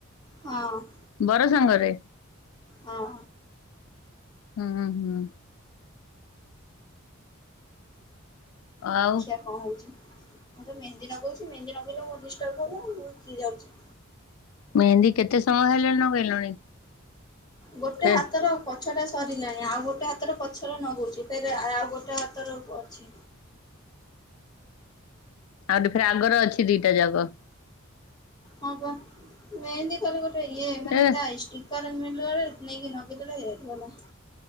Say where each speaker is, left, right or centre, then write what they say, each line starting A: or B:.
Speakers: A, on the left (about 20°); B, on the left (about 85°).
A: ହଁ।
B: ବର ସାଙ୍ଗରେ?
A: ହଁ।
B: ହୁଁ, ହୁଁ।
A: ଦେଖିଆ
B: ଆଉ
A: କଣ ହଉଛି? ମୁଁ ତ ମେହେନ୍ଦୀ ନଗଉଛି, ମେହେନ୍ଦୀ ନଗେଇଲେ ମୋର ଡିଷ୍ଟର୍ବ ହବ ଆଉ ମୁଁ କିଏ ଯାଉଛି।
B: ମେହେନ୍ଦୀ କେତେ ସମୟ ହେଲାଣି ନଗେଇଲଣି?
A: ଗୋଟେ
B: ଫେ
A: ହାତର ପଛଟା ସରିଲାଣି। ଆଉ ଗୋଟେ ହାତର ପଛର ନଗଉଛି, ଫେରେ ଆଉ ଗୋଟେ ହାତର ଅଛି।
B: ଆଉ ଗୋଟେ ଫେରେ ଆଗର ଅଛି ଦିଟା ଯାକ।
A: ହଁ ବା, ମେହେନ୍ଦୀ ଖାଲି ଗୋଟେ ଇଏ ମାନେ
B: ଏ
A: ତା ଷ୍ଟିକ ତାର ମିିଲରେ ନେଇକି ନଗେଇ ଦେଲେ ହେଇଗଲା,